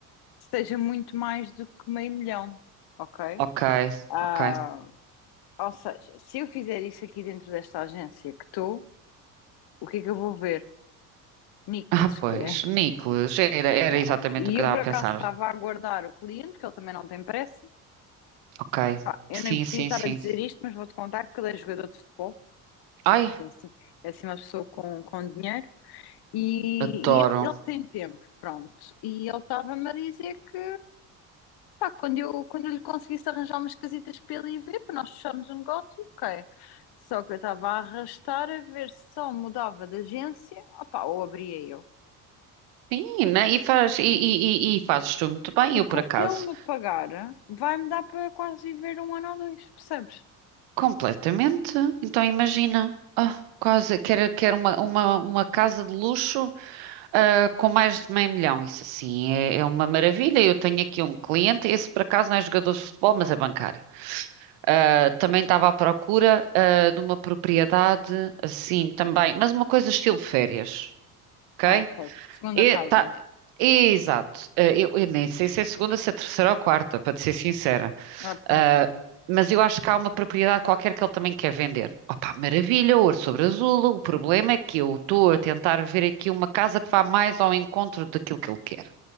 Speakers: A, on the left (about 55°); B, on the right (about 70°).
A: que seja muito mais do que meio milhão, ok?
B: Ok,
A: Ah,
B: ok.
A: ou seja, se eu fizer isso aqui dentro desta agência que estou, o que é que eu vou ver? Nichols,
B: Ah, pois,
A: que é. <laughs>
B: Nicolas, era, era
A: Pronto.
B: exatamente
A: E
B: o que eu
A: eu
B: estava
A: por
B: a
A: acaso
B: pensar.
A: estava a aguardar o cliente, que ele também não tem pressa.
B: Ok.
A: Pá, eu
B: Sim,
A: nem podia
B: sim,
A: estar
B: sim.
A: a dizer isto, mas vou-te contar que ele é jogador de futebol.
B: Ai,
A: É assim, é assim uma pessoa com, com dinheiro e,
B: adoro.
A: e ele, ele tem tempo, pronto. E ele estava-me a dizer que pá, quando eu, quando eu lhe conseguisse arranjar umas casitas para ele ir ver, para nós fecharmos o negócio, ok. Só que eu estava a arrastar a ver se só mudava de agência, opá, ou abria eu.
B: Sim, né? E faz, e, e, e e fazes tu muito bem,
A: Porque
B: eu por
A: o
B: acaso.
A: que ele me pagar vai-me dar para quase viver um ano ou dois, percebes?
B: Completamente. Então imagina, ah, quase quer quer uma, uma, uma casa de luxo, ah, com mais de meio milhão. Isso assim é, é uma maravilha. Eu tenho aqui um cliente, esse por acaso não é jogador de futebol, mas é bancário. Ah, também estava à procura, ah, de uma propriedade assim também, mas uma coisa estilo férias, ok?
A: Ah, ok. Segunda
B: E,
A: casa.
B: tá, exato. Ah, eu, eu nem sei se é segunda, se é terceira ou quarta, para te ser sincera.
A: Ah, pronto.
B: Ah, mas eu acho que há uma propriedade qualquer que ele também quer vender. Opa, maravilha, ouro sobre azul. O problema é que eu estou a tentar ver aqui uma casa que vá mais ao encontro daquilo que ele quer.